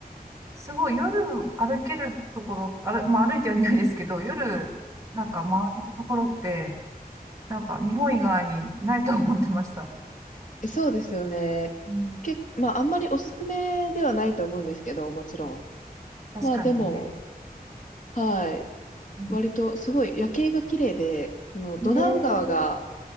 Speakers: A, on the right (about 20°); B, on the left (about 50°).
A: すごい夜歩けるところ、ある、まあ歩いてはいないですけど、夜なんか回るところって、なんか日本以外にないと思ってました。
B: え、そうですよね。
A: うん、
B: け、まあ、あんまりおすすめではないと思うんですけど、もちろん。
A: 確かにね。
B: まあ、でも、はい。
A: うん、
B: 割と、すごい夜景が綺麗で、その、ドナウ川が
A: ええ